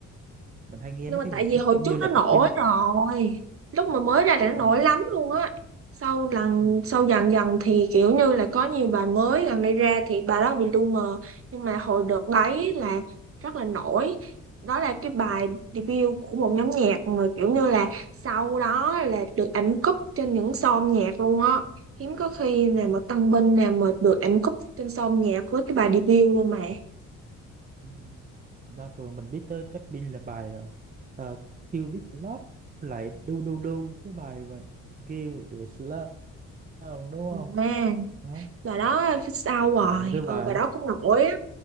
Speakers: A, on the right; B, on the right.
A: mình hay nghe
B: nhưng
A: mấy
B: mà
A: cái
B: tại
A: nhạc
B: vì
A: giống
B: hồi
A: như
B: trước
A: là
B: nó nổi
A: Blackpink
B: rồi lúc mà mới ra là nó nổi
A: ừ,
B: lắm luôn á sau lần
A: ừ.
B: sau dần dần thì kiểu như là có nhiều bài mới gần đây ra thì bài đó bị lu mờ nhưng mà hồi đợt đấy là rất là nổi đó là cái bài debut của một nhóm nhạc mà kiểu như là sau đó là được ảnh cúp trên những song nhạc luôn á hiếm có khi nào
A: ừ.
B: mà Tân Binh nào mà được ảnh cúp trên song nhạc với cái bài debut luôn mà
A: Ừ. Đo thường mình biết tới Blackpink là bài uh, Kill This Love lại Do Do Do cái bài mà Kill This Love đúng không?
B: à,
A: Đó.
B: bài đó phía sau rồi
A: Ờ, cái
B: ừ
A: bài
B: bài đó cũng nổi á